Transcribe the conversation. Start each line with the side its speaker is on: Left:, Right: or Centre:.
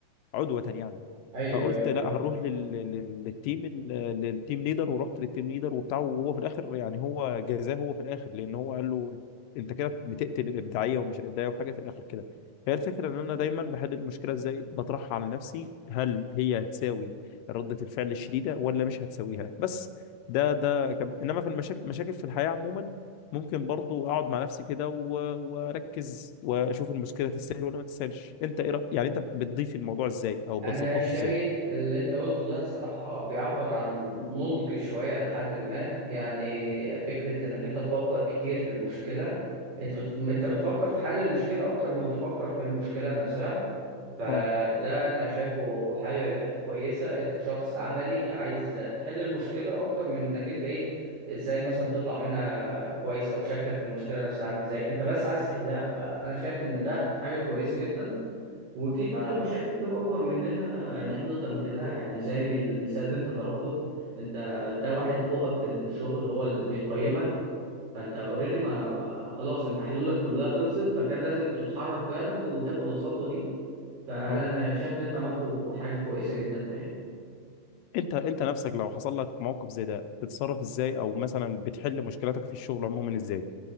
Left: عدوة يعني
Right: ايوه
Left: فقلت
Right: ايوه
Left: لا
Right: فاهم
Left: هنروح لل... لل- للتيم ال- للتيم ليدر ورحت للتيم ليدر وبتاع وهو في الاخر يعني هو جزاه هو في الاخر لان هو قال له انت كده بتقتل الابداعيه ومش الابداعيه وحاجه في الاخر كده هي الفكره ان انا دايما بحل المشكله ازاي بطرحها على نفسي هل هي هتساوي ردة الفعل الشديده ولا مش هتساويها بس ده ده كان انما في المشاكل مشاكل في الحياه عموما ممكن برضو اقعد مع نفسي كده و- واركز واشوف المشكله تستاهل ولا ما تستاهلش انت ايه رأ- يعني انت بتضيف الموضوع ازاي او بتظبطه
Right: انا شايف
Left: ازاي
Right: اللي انت قلته ده صراحة بيعبر عن نضج شوية لحد ما يعني فكرة انك انت تفكر كتير في المشكلة انت بت... انت بتفكر في حل المشكلة اكتر ما بتفكر في المشكلة نفسها فده
Left: اه
Right: انا شايفه حاجة كويسة انت شخص عملي عايز تحل المشكلة اكتر من انك انت ايه ازاي مثلا تطلع منها كويس او شكلك في المشكلة نفسها عامل ازاي انت بس عايز تحلها فانا شايف ان ده حاجة كويسة جدا وفي فعلا مشاكل بتبقى اكبر مننا ان احنا نقدر نحلها يعني زي المثال اللي انت ضربته انت ده واحد فوقك في الشغل هو اللي بيقيمك فانت اوريدي ما خلاص انت حلولك كلها خلصت فكان لازم تتحرك فعلا وتاخد الخطوة دي فلا
Left: اه
Right: انا شايف اللي انت عملته حاجة كويسة جدا الحقيقة
Left: انت انت نفسك لو حصل لك موقف زي ده بتتصرف ازاي او مثلا بتحل مشكلتك في الشغل عموما ازاي